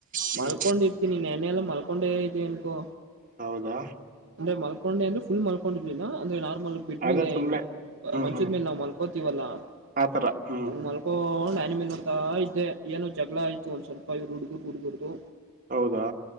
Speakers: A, on the right; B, on the right.
A: ಹ್ಮ್
B: ಮಲ್ಕೊಂಡಿರ್ತೀನಿ ನೆನ್ನೆ ಎಲ್ಲಾ ಮಲ್ಕೊಂಡೆ ಇದೇ ಅನ್ಕೂ
A: ಹೌದಾ
B: ಅಂದ್ರೆ ಮಲ್ಕೊಂಡೆ ಅಂದ್ರೆ ಫುಲ್ ಮಲ್ಕೊಂಡಿ ಇರ್ಲಿಲ್ಲ ಅಂದ್ರೆ ನಾರ್ ಮೆಲ್ ಬಿದ್ದಮೇಲೆ
A: ಅದೇ ಸುಮ್ನೆ ಹ್ಮ್
B: ಮಂಚದ
A: ಹ್ಮ್
B: ಮೇಲೆ ನಾವ್ ಮಲ್ಕೋತಿವಲ್ಲ ಅಂಗ್ ಮಲ್ಕೊತಿವಲ್ಲ
A: ಆತರ ಹ್ಮ್
B: ಅಂಗ್ ಮಲ್ ಕೊಂಡು ಆನಿಮಿ ನೋಡತಾ ಇದ್ದೆ ಏನೋ ಜಗಳ ಆಯ್ತು ಒಂದ್ ಸ್ವಲ್ಪ ಇವರು ಹುಡುಗುರು ಹುಡುಗರದು.
A: ಹೌದಾ